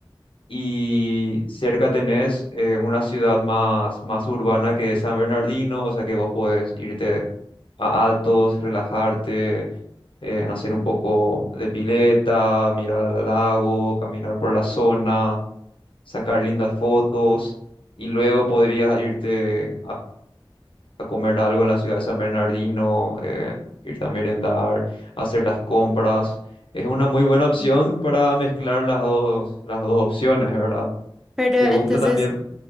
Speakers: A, on the left (about 70°); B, in the centre.
A: Y cerca tenés eh, una ciudad más, más urbana que es San Bernardino, o sea que vos podés irte a Altos, relajarte, eh, hacer un poco de pileta, mirar al lago, caminar por la zona, sacar lindas fotos. Y luego podrías irte a comer algo en la ciudad de San Bernardino, eh, ir a merendar, hacer las compras. Es una muy buena opción
B: Ujú.
A: para mezclar las dos, las dos opciones, ¿verdad?
B: Pero
A: ¿Te
B: entonces,
A: gusta también?